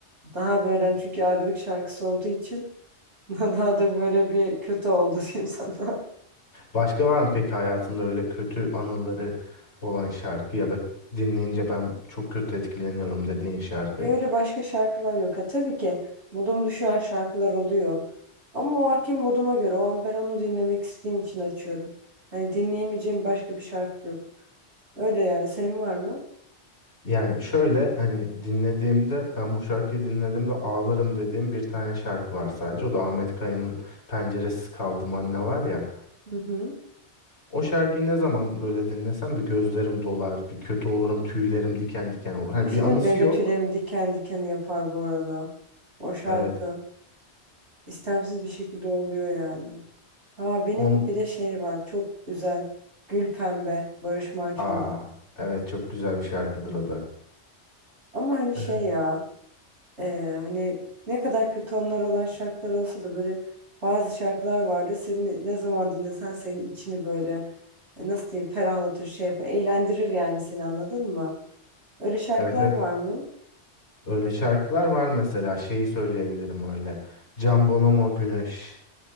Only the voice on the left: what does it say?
Başka var mı peki hayatında öyle kötü anıları olan şarkı ya da dinleyince ben çok kötü etkileniyorum dediğin şarkı?
Yani şöyle hani dinlediğimde ben bu şarkıyı dinlediğimde ağlarım dediğim bir tane şarkı var sadece. O da Ahmet Kaya'nın Penceresiz Kaldım Anne var ya.
O şarkıyı ne zaman böyle dinlesem bir gözlerim dolar, bir kötü olurum, tüylerim diken diken olur. Hani
bir anısı
yok.
Evet.
On
Aa, evet çok güzel bir şarkıdır o da.
Evet
evet, evet.
öyle şarkılar var mesela şeyi söyleyebilirim öyle. Can Bonomo Güneş.